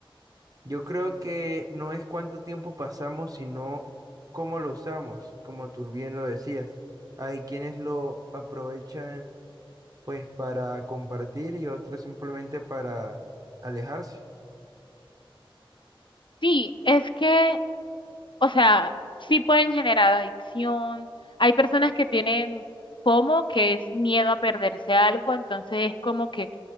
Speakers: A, on the right (about 40°); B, on the left (about 60°).
A: Yo creo que no es cuánto tiempo pasamos, sino cómo lo usamos, como tú bien lo decías. Hay quienes lo aprovechan pues para compartir y otros simplemente para alejarse.
B: Sí, es que, o sea, sí pueden generar adicción. Hay personas que tienen FOMO, que es miedo a perderse algo, entonces es como que